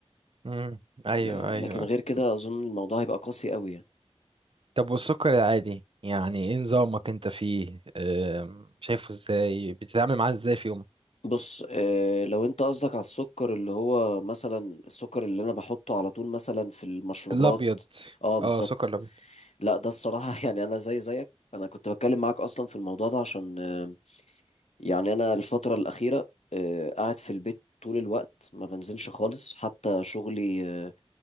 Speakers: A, on the right (about 55°); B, on the left (about 85°).
A: امم ايوه
B: ل-
A: ايوه
B: لكن غير كده اظن الموضوع هيبقى قاسي قوي يعني
A: طب والسكر العادي يعني ايه نظامك انت فيه آم، شايفه ازاي بتتعامل معاه ازاي في يومك
B: بص آه، لو انت قصدك على السكر اللي هو مثلا السكر اللي انا بحطه على طول مثلا في المشروبات
A: الابيض
B: اه بالظبط
A: اه سكر الابيض
B: لا ده الصراحة <laughs> يعني أنا زي زيك أنا كنت بتكلم معاك أصلا في الموضوع ده عشان آه، يعني أنا الفترة الأخيرة آه، قاعد في البيت طول الوقت ما بنزلش خالص حتى شغلي آه،